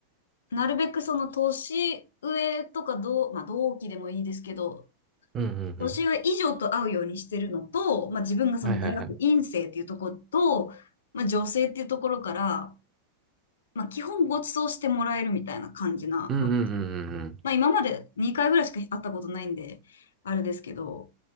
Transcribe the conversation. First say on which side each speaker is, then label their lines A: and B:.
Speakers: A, on the left (about 65°); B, on the right (about 25°).
A: あ、なるべくその年上とか同、まあ同期でもいいですけど、
B: うんうんうん。
A: 年上以上と会うようにしてるのと、まあ自分がその大学院生っていうところと、
B: はいはいはい。
A: まあ女性っていうところから、まあ基本ご馳走してもらえるみたいな感じなわけです。
B: うんうんうんうんうん。
A: まあ今まで2回ぐらいしか会ったことないんで、あれですけど、